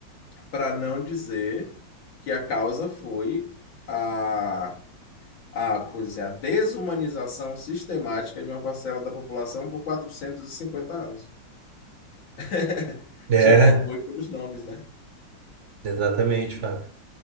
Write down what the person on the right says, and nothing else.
é,
exatamente, Fábio.